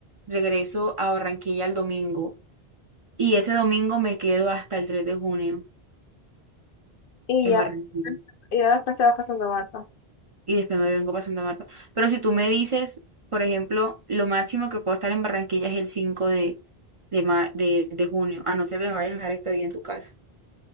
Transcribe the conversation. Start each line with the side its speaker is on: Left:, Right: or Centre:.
Right: regreso a Barranquilla el domingo. Y ese domingo me quedo hasta el 3 de junio
Left: Y
Right: en
Left: ya,
Right: Barranquilla.
Left: y ya después te vas para Santa Marta.
Right: Y después me vengo para Santa Marta. Pero si tú me dices, por ejemplo, lo máximo que puedo estar en Barranquilla es el 5 de, de, ma- de, de junio, a no ser que me vayas a dejar este día en tu casa.